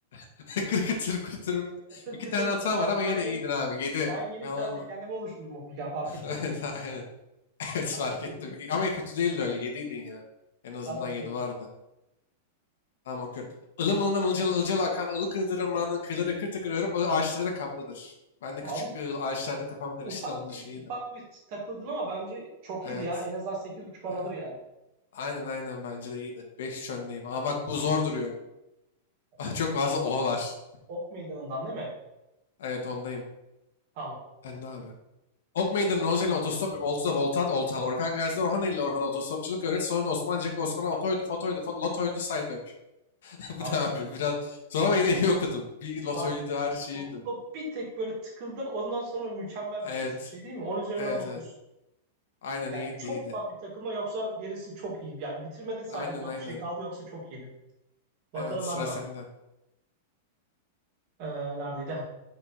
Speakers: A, on the left; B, on the right.
A: <laughs> Kırkıtır kırtır
B: <laughs>
A: bir de.
B: Kıtır
A: İki
B: kıtır
A: tane
B: mıtır
A: hatan
B: ben
A: var ama yine
B: ben
A: de
B: yeni,
A: iyiydin abi. Yedi
B: ben yeni
A: Ben
B: bir
A: onun...
B: tane tekerleme oluşturdum okurken fark
A: <laughs>
B: ettin
A: Evet,
B: mi?
A: aynen. Evet fark
B: Abi kötüydü.
A: ettim. Ama kötü değildi öyle. 7'ydin ya. En azından
B: Tamam,
A: 7 vardı. Tamam okuyorum. Ilım ılından ılcalı ılcalı akan ılık ırmakların kıyıları ıkır tıkır örüp ağaçları da kaplıdır. Ben de
B: Abi
A: küçük bir ığıl- ağaçlarda kafam karıştı
B: ufak
A: da onun
B: bir
A: da şeyiydi.
B: ufak bir takıldın ama bence çok
A: Evet.
B: iyiydi ya. En azından 8.5 buçuk
A: Evet.
B: alır yani.
A: Aynen aynen bence de iyiydi. Beş 3 öndeyim. Ama bak bu zor duruyor. <laughs>
B: Bakalım
A: Bak çok fazla o var.
B: Ok Meydanı'ndan değil mi?
A: Evet ondayım.
B: Tamam.
A: Ben de abi. Ok Meydanı Nozel'in otostop ve Oltu'da Voltat Oltal. Orkan Gazi'de Orhan ile Orhan'a otostopçuluk öğret. Sonra da Osmancık'ta Osman'a otoydu, fotoydu, fo- lotoydu, saydök. <laughs>
B: Abi
A: Bu da abi biraz zor ama yine iyi okudum. Bir lotoydu
B: bak
A: her
B: sonunda
A: şeyiydim.
B: bir tek böyle tıkıldın ondan sonra mükemmel
A: Evet.
B: gerisi bir şey değil mi? 10 üzerinden
A: Evet
B: 9.
A: evet. Aynen
B: Yani
A: iyiydi
B: çok
A: iyiydi.
B: ufak bir takılma yoksa gerisi çok iyi. Yani bitirmede sadece
A: Aynen
B: ufak
A: aynen.
B: bir şey kaldı yoksa çok iyiydi. Bakalım
A: Evet sıra
B: ben ne
A: sende.
B: yapacağım. Ee, neredeydi?